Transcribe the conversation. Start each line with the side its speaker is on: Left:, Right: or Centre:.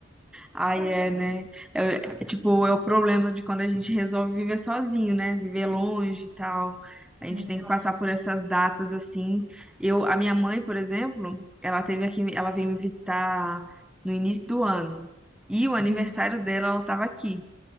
Centre: Aí é, né? É, é, tipo, é o problema de quando a gente resolve viver sozinho, né? Viver longe e tal. A gente
Right: É
Centre: tem
Right: triste.
Centre: que passar por essas datas assim. Eu, a minha mãe, por exemplo, ela teve aqui, ela veio me visitar no início do ano. E o aniversário
Right: Uhum.
Centre: dela, ela estava aqui.